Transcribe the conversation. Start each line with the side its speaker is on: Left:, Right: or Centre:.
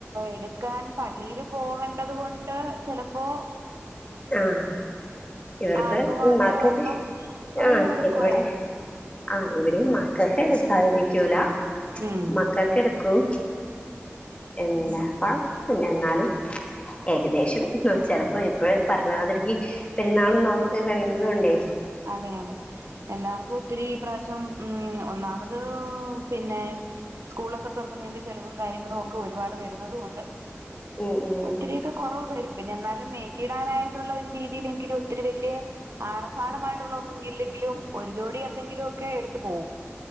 Right: എടു ക്കാൻ പള്ളിയിൽ പോകണ്ടതുകൊണ്ട് ചെലപ്പോ
Left: ആ ഇവർക്ക്
Right: ആക്കുമാത്രം
Left: മക്കക്ക്
Right: ഒരെണ്ണം ഒരെണ്ണം
Left: ആ
Right: എടുക്കുവായിരിക്കും
Left: ഇവിടെ ആ ഇവിടെയും മക്കക്ക് എടുക്കാതിരിക്കൂലാ
Right: ഉം
Left: മക്കക്ക് എടുക്കും എന്താ കൊഴപ്പില്ല എന്നാലും ഏകദേശം ചെലപ്പം ഇപ്പഴേ പറഞ്ഞമാതിരിക്ക് പെരുന്നാളും നോമ്പൊക്കെ കഴിഞ്ഞതുകൊണ്ടെ
Right: അതെ അതെ എല്ലാർക്കും ഒത്തിരി ഇപ്രാവശ്യം ഉം ഒന്നാമത് പിന്നെ സ്കൂളൊക്കെ തൊറക്കുന്നതിന്റെ ചെലവും കാര്യങ്ങളൊക്കെ ഒരുപാട് വരുന്നതുകൊണ്ട്
Left: ഉം ഉം
Right: ഒത്തിരിയൊക്കെ കൊറവുവരും പിന്നെ എന്നാലും നെറ്റിയിടാനായിട്ടുള്ള ഒരു രീതിയിലെങ്കിലും ഒത്തിരി വലൃ ആർ ഭാടമായിട്ടുള്ള ഒന്നുമില്ലെങ്കിലും ഒരു ജോടി എന്തെങ്കിലുമൊക്കെ എടുത്തുപോകും